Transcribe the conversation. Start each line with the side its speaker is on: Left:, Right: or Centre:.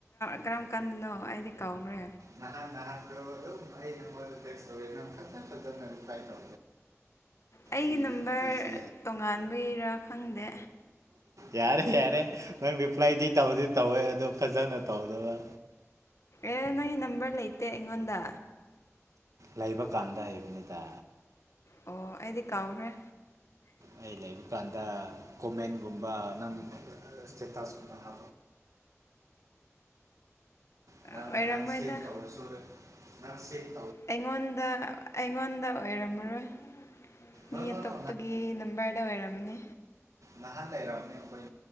Left: ꯀꯔꯝ ꯀꯥꯟꯗꯅꯣ ꯑꯩꯗꯤ ꯀꯧꯈ꯭ꯔꯦ
Right: ꯅꯍ ꯅꯍꯥꯟ ꯇꯣꯩ ꯅꯪ ꯑꯗꯨ ꯇꯁꯦꯅ ꯈ ꯅ ꯇ
Left: ꯑꯩꯒꯤ
Right: ꯁꯤꯒꯤ
Left: ꯅꯝꯕꯔ
Right: ꯅꯨꯄꯤꯁꯦ
Left: ꯇꯣꯉꯥꯟꯕꯒꯤꯔ ꯈꯪꯗꯦ
Right: ꯌꯥꯔꯦ ꯌꯥꯔꯦ ꯅꯥꯪꯗꯤ ꯑꯦꯄ꯭ꯂꯥꯏꯗꯤ ꯇꯧꯗꯤ ꯇꯧꯋꯦ ꯑꯗꯣ ꯐꯖꯅ ꯇꯧꯔꯒ
Left: ꯑꯦ ꯅꯪ ꯅꯝꯕꯜ ꯂꯥꯏꯇ ꯑꯩꯉꯣꯟꯗ
Right: ꯂꯩꯕ ꯀꯥꯟꯗ ꯍꯩꯕꯅꯤꯗ
Left: ꯑꯣ ꯑꯩꯗꯤ ꯀꯥꯎꯈ꯭ꯔꯦ
Right: ꯑꯩ ꯂꯩꯕ ꯀꯥꯟꯗ ꯀꯣꯃꯦꯟꯒꯨꯝꯕ ꯅꯪ ꯏꯁꯇꯦꯇꯥꯁꯀꯨꯝꯕ ꯍꯥ ꯅꯪꯅ
Left: ꯑꯣꯏꯔꯝꯃꯣꯏꯗ
Right: ꯍꯥꯟꯁꯤ ꯇꯧꯔꯁꯨꯨꯔ ꯅꯪꯁꯦ
Left: ꯑꯩꯉꯣꯟꯗ ꯑꯩꯉꯣꯟꯗ ꯑꯣꯏꯔꯝꯃꯔꯣꯏ ꯃꯤ
Right: ꯅꯣ ꯅꯣ
Left: ꯑꯇꯣꯞꯄꯒꯤ
Right: ꯅꯣ
Left: ꯅꯝꯕꯔꯗ ꯑꯣꯏꯔꯝꯃꯅꯦ
Right: ꯂꯍꯥ ꯂꯩꯔꯅꯦꯈꯣꯏ